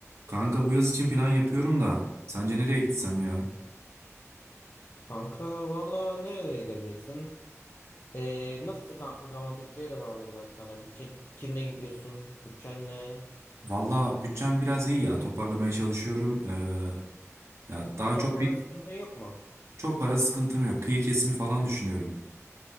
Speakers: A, on the right; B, on the left.
A: Kanka bu yaz için plan yapıyorum da sence nereye gitsem ya?
B: Kanka valla nerelere gidebilirsin? Ee, nasıl kanka ama bütçeye de bağlı biraz. Hani bütçe kimle gidiyorsun? Bütçen ne?
A: Valla bütçem biraz iyi ya toparlamaya çalışıyorum. Ee, ya daha
B: Çok
A: çok
B: para sıkıntın yok mu?
A: çok para sıkıntım yok. Kıyı kesimi falan düşünüyorum.